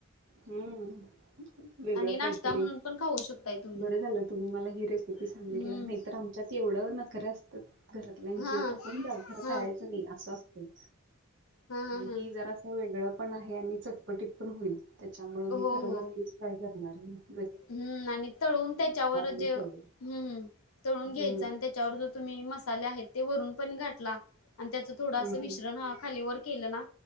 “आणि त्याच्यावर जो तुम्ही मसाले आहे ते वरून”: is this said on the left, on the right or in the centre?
Left